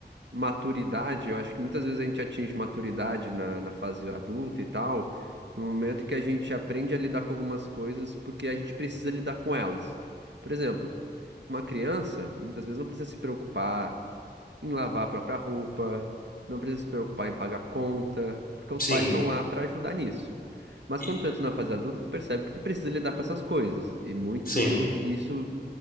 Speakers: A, on the right; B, on the left.
A: maturidade, eu acho que muitas vezes a gente atinge maturidade na, na fase adulta e tal, no momento que a gente aprende a lidar com algumas coisas porque a gente precisa lidar com elas. Por exemplo, uma criança muitas vezes não precisa se preocupar em lavar a própria roupa, não precisa se preocupar em pagar conta, porque os
B: Sim.
A: pais estão lá para ajudar nisso. Mas
B: E-
A: quando tu entra na fase adulta, tu percebe que tu precisa lidar com essas coisas, e muito,
B: Sim.
A: e isso